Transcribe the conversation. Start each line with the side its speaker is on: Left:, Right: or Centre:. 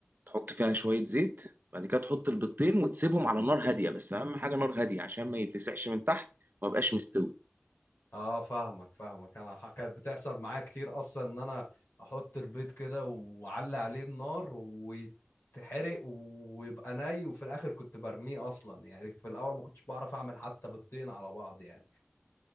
Right: تحط فيها شوية زيت بعد كده تحط البيضتين وتسيبهم على نار هادية بس أهم حاجة نار هادية عشان ما يتلسعش من تحت وما يبقاش مستوي
Left: اه فاهمك فاهمك انا ح- كانت بتحصل معايا كتير اصلا ان انا احط البيض كده واعلي عليه النار ويتحرق ويبقى ني وفي الاخر كنت برميه اصلا يعني في الاول ما كنتش بعرف اعمل حتى بيضتين على بعض يعني